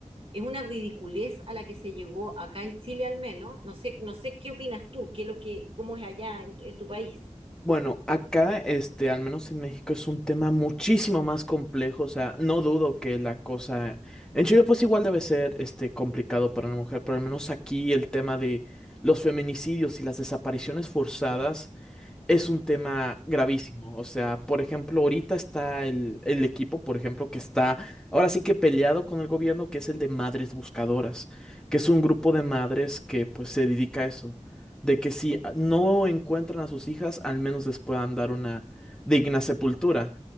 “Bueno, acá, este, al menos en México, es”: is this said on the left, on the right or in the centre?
Centre